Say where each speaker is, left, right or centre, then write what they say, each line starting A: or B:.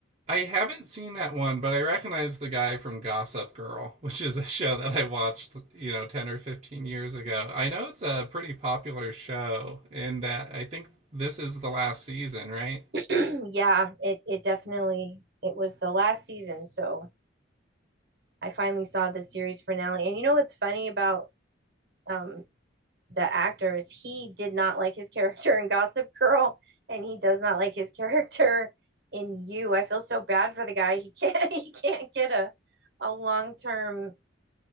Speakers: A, on the right (about 30°); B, on the right (about 55°).
A: I haven't seen that one, but I recognize the guy from Gossip Girl, <laughs> which is a show that I watched, you know, 10 or 15 years ago. I know it's a pretty popular show, and that I think this is the last season, right?
B: <clears throat> yeah, it it definitely it was the last season, so I finally saw the series finale. And you know what's funny about um the actors, he did not like his <laughs> character in Gossip Girl and he does not like his character in You. I feel so bad for the guy. He <laughs> can't he can't get a a long-term